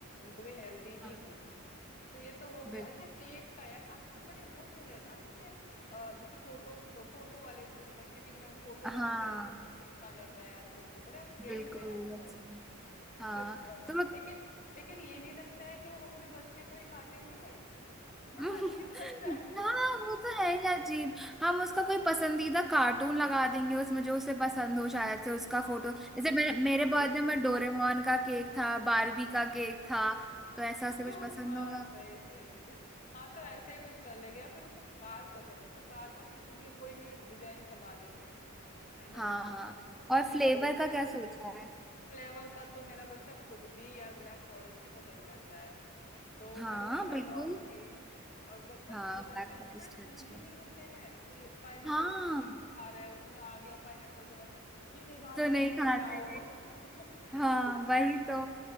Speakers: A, on the left; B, in the centre.
A: उनको भी हेल्दी
B: हाँ
A: ही दूं तो ये तो हो
B: बिल
A: गया अच्छा केक का यार आजकल बड़े वो चले हैं ना जैसे अ, जैसे फोटो फोटो वाले जैसे बच्चे की मैं फोटो
B: हाँ
A: लगा के ऐसे कुछ केक आ जाता है आजकल तो बड़े ट्रेंड
B: बिल्कुल
A: में है आजकल
B: वैसे।
A: जिसपे
B: हाँ तो
A: लेकिन लेकिन ये नहीं लगता है कि हम अपने बच्चे को ही काटेंगे ये बड़ा
B: <laughs>
A: अजीब लगता है <laughs>
B: हाँ
A: मतलब
B: वो तो है ही अजीब हम उसका कोई पसंदीदा कार्टून लगा देंगे उसमें जो उसे पसंद हो शायद से उसका
A: हाँ
B: फोटो जैसे
A: हाँ
B: मेरे, मेरे
A: हाँ ये
B: बर्थडे
A: सही
B: में डोरेमोन
A: है
B: का केक था बारबी का केक था तो ऐसा उसे
A: ओहो,
B: कुछ पसंद
A: <laughs> हाँ
B: होगा
A: सही सही हाँ तो ऐसे ही कुछ कर लेंगे या फिर उसको कार पसंद है, तो कार का किसी भी कोई भी डिजाइन करवा लेंगे है ना
B: हाँ हाँ
A: तो वो,
B: और
A: वो
B: फ्लेवर
A: काफी सही
B: का क्या सोचा है
A: फ्लेवर का तो मेरा बच्चा खुद भी यार ब्लैक फॉरेस्ट ही पसंद करता है तो
B: हाँ
A: मैं वही करवाऊंगी
B: बिल्कुल
A: और ब- बत-
B: हाँ
A: ब-
B: ब्लैक
A: बच्चे
B: फॉरेस्ट
A: बड़े चूजी
B: अच्छा
A: नहीं होते हैं कि पाइनएप्पल
B: हाँ
A: वाला खा रहे हैं उसमें आ गया पाइनएप्पल थोड़ा सा ये नहीं खाना
B: तो
A: है
B: नहीं
A: इसको
B: खाते
A: हटाओ <laughs>
B: हाँ वही तो